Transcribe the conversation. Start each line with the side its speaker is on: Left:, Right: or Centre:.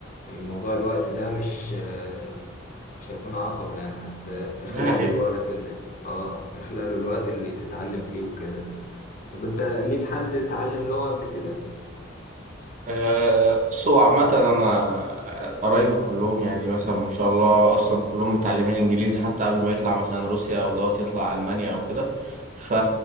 Left: موضوع الوقت ده مش آه، مش هيكون عقبة يعني حتى تخلق
Right: ده
Left: له الوقت اللي اه تخلق له الوقت اللي تتعلم فيه وكده طب انت ليك حد اتعلم لغة قبل كده؟
Right: آه، بصوا عامة أنا آه، قرايبي كلهم يعني مثلا ما شاء الله أصلا كلهم متعلمين إنجليزي حتى قبل ما يطلع مثلا روسيا أو دوت يطلع ألمانيا أو كده فا